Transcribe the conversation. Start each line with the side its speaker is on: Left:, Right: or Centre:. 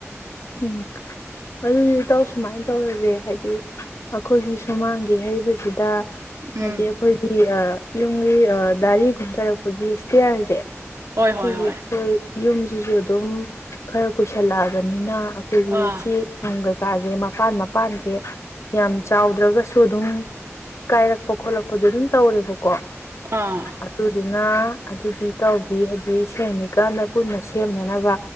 Left: ꯎꯝ ꯑꯗꯨꯗꯤ ꯇꯧ ꯁꯨꯃꯥꯏꯅ ꯇꯧꯔꯁꯦ ꯍꯥꯏꯗꯤ ꯑꯩꯈꯣꯏꯒꯤ ꯁꯨꯃꯥꯡꯒꯤ ꯍꯩꯕꯁꯤꯗ
Right: ꯎꯝ
Left: ꯍꯥꯏꯗꯤ ꯑꯩꯈꯣꯏꯒꯤ ꯑ ꯌꯨꯝꯒꯤ ꯗꯥꯔꯤ ꯀꯨꯝꯊꯔꯛꯄꯒꯤ ꯏꯁꯇꯤꯌꯥꯔꯁꯦ
Right: ꯍꯣꯏ
Left: ꯁꯤꯖꯦꯣꯏ
Right: ꯍꯣꯏ ꯍꯣꯏ
Left: ꯌꯨꯝꯁꯤꯁꯨ ꯑꯗꯨꯝ ꯈꯔ ꯀꯨꯏꯁꯜꯂꯛꯑꯒ ꯑꯅꯤꯅ ꯑꯩꯈꯣꯏꯒꯤ
Right: ꯑꯥ
Left: ꯁꯤ ꯀꯀꯥꯁꯦ ꯃꯄꯥꯟ ꯃꯄꯥꯟꯁꯦ ꯌꯥꯝ ꯆꯥꯎꯗ꯭ꯔꯒꯁꯨ ꯑꯗꯨꯝ ꯀꯥꯏꯔꯛꯄ ꯈꯣꯠꯂꯛꯄꯁꯦ ꯑꯗꯨꯝ ꯇꯧꯔꯦꯕ ꯀꯣ
Right: ꯑꯥ
Left: ꯑꯗꯨꯗꯤ ꯑꯗꯨꯗꯤ ꯇꯧꯕꯤ ꯍꯥꯏꯗꯤ ꯁꯦꯝꯃꯤꯀꯥꯟꯗ ꯄꯨꯟꯅ ꯁꯦꯝꯅꯅꯕ